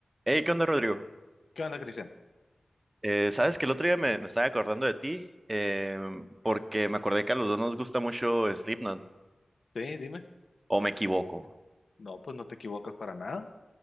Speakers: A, on the right; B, on the left.
A: Hey, ¿qué onda, Rodrigo?
B: ¿Qué onda, Cristian?
A: Eh, sabes que el otro día me, me estaba acordando de ti eh, porque me acordé que a los dos nos gusta mucho Slipknot,
B: Sí, dime.
A: o me equivoco.
B: No, pues no te equivocas para nada.